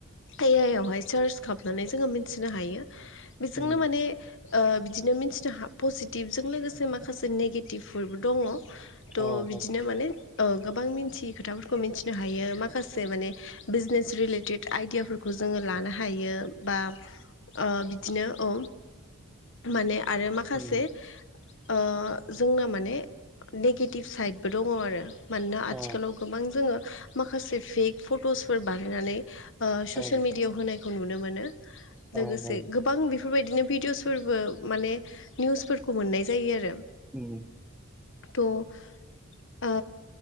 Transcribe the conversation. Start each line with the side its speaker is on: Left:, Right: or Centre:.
Left: ऐ आव हाय सर्च खामनानै जोङ मोन मिथिनो हायो बेजोंनो
Centre: उम
Left: माने ओ बिदिनो मिथिनो हा पजिटिभजों लोगोसे माखासे नेगेटिभफोरबो दङ थ'
Centre: अ
Left: बिदिनो
Centre: हाय
Left: माने औ गोबां मिथियै खोथाफोरखौ मिथिनो हायो माखासे माने बिजनेस रिलेटेड आइदियाफोरखौ जोङो लानो हायो बा ओ बिदिनो औ माने आरो माखासे
Centre: उम
Left: ओ जोंना माने नेगेटिभ साइडबो दङ आरो मानोना
Centre: अ
Left: आथिखालाव गोबां जोङो माखासे फेक फट'सफोर बानायनानै ओ ससियेल
Centre: अ
Left: मिडियाआव होनायखौ नुनो मोनो
Centre: अ
Left: लोगोसे
Centre: हाय
Left: गोबां बि बेफोरबायदिनो भिडिअसफोरबो माने निउसफोरखौ मोननाय जायो आरो
Centre: उम
Left: थ' ओ